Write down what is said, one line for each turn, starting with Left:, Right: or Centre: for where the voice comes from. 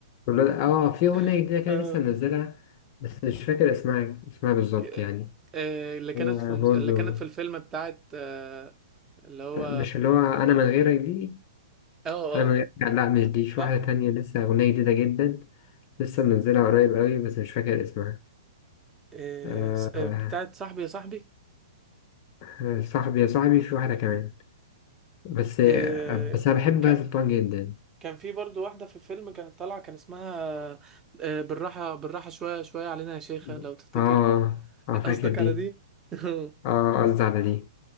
Left: ولا- اه في اغنيه
Right: <laughs>
Left: جديده كده
Right: آه.
Left: لسه منزلها بس مش فاكر اسمها اسمها بالظبط
Right: ك-
Left: يعني
Right: آه، اللي كانت
Left: هي
Right: في مز...
Left: برضو
Right: اللي كانت في الفيلم بتاعت آه، اللي هو
Left: لا، مش اللي هو انا من غيرك دي
Right: اه اه
Left: انا من غيرك لا مش دي في
Right: صح
Left: واحده تانية لسه اغنيه جديده جدا لسه منزلها قريب قوي بس مش فاكر اسمها
Right: آه،
Left: آه
Right: س- آه، بتاعت صاحبي يا صاحبي
Left: آه، صاحبي يا صاحبي في واحده كمان بس آه،
Right: آه،
Left: بس انا بحب
Right: كان
Left: بهاء سلطان جدا
Right: كان في برضو واحدة في الفيلم كانت طالعة كان اسمها آه، بالراحة بالراحة شوية شوية علينا يا شيخة
Left: اه
Right: لو تفتكر
Left: اه آه،
Right: <laughs> قصدك
Left: فاكر دي
Right: على دي <laughs>
Left: اه قصدي على دي